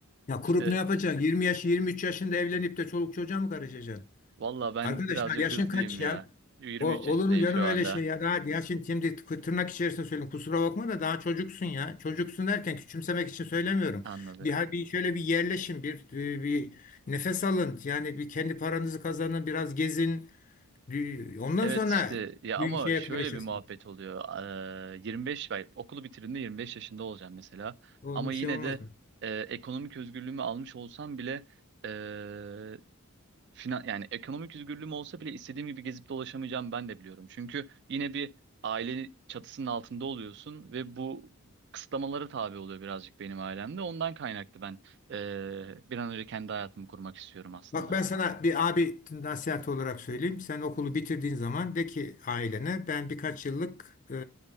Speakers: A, on the left; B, on the right.
A: ya kurup
B: İşte
A: ne yapacaksın? 20 yaş 23 yaşında evlenip de çoluk çocuğa mı karışacaksın?
B: valla ben
A: Arkadaşlar
B: birazcık
A: yaşın
B: hızlıyım
A: kaç ya?
B: ya. 23
A: O, olur
B: yaşındayım
A: mu canım
B: şu
A: öyle
B: anda.
A: şey ya? Daha ya şimdi, şimdi tı- tırnak içerisinde söylüyorum. Kusura bakma da daha çocuksun ya. Çocuksun derken küçümsemek için söylemiyorum.
B: Anladım.
A: Bir, ha- bir şöyle bir yerleşin, bir, e, bir nefes alın. Yani bir kendi paranızı kazanın, biraz gezin. Dü- Ondan
B: Evet
A: sonra
B: işte ya
A: bir
B: ama
A: şeye
B: şöyle
A: karışırsınız.
B: bir muhabbet oluyor. Eee, 25 ben okulu bitirdiğimde 25 yaşında olacağım mesela.
A: Onun
B: Ama
A: bir
B: yine
A: şey olmaz.
B: de e, ekonomik özgürlüğümü almış olsam bile e, finan yani ekonomik özgürlüğüm olsa bile istediğim gibi gezip dolaşamayacağım ben de biliyorum. Çünkü yine bir aile çatısının altında oluyorsun ve bu kısıtlamalara tabi oluyor birazcık benim ailemde. Ondan kaynaklı ben e, bir an önce kendi hayatımı kurmak istiyorum aslında.
A: Bak ben sana bir abi nasihat olarak söyleyeyim. Sen okulu bitirdiğin zaman de ki ailene ben birkaç yıllık e,